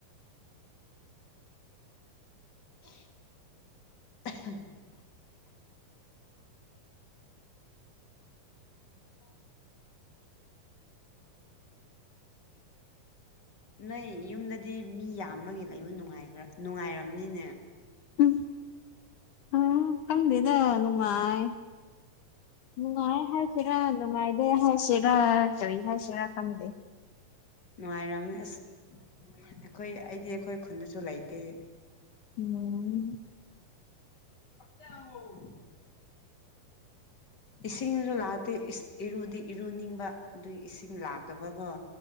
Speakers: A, on the left; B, on the left.
A: <inaudible> ꯍ ꯋꯥ ꯅꯣꯏ ꯌꯨꯝꯗꯗꯤ ꯃꯤ ꯌꯥꯝꯃꯒ ꯂꯩꯕꯅꯨꯡꯉꯥꯏ ꯅꯨꯡꯉꯥꯏꯔꯕꯅꯤꯅꯦ
B: ꯎꯝ ꯑ ꯀꯝꯗꯦ ꯑ ꯅꯨꯡꯉꯥꯏ ꯅꯨꯡꯉꯥꯏ ꯍꯥꯏꯁꯤꯔꯥ ꯅꯨꯡꯉꯥꯏ ꯀ ꯍꯥꯏ ꯁꯦꯔ ꯀꯔꯤ ꯍꯥꯏ ꯁꯦꯔ ꯀꯟꯗꯦ
A: ꯅꯨꯡꯉꯥꯏꯔꯕꯅꯤ ꯑꯁ ꯑꯩꯈꯣꯏ ꯑꯩꯗꯤ ꯑꯩꯈꯣꯏ ꯈꯨꯟꯗꯁꯨ ꯂꯩꯇꯦ
B: ꯎꯝ
A: ꯆꯥ ꯑꯣ ꯏꯁꯤꯡꯖꯨ ꯂꯥꯛꯇꯦ ꯏꯁ ꯏꯔꯨꯗꯤ ꯏꯔꯨꯅꯤꯡꯕ ꯑꯗꯨꯏ ꯏꯁꯤꯡ ꯂꯥꯛꯇꯕꯀꯣ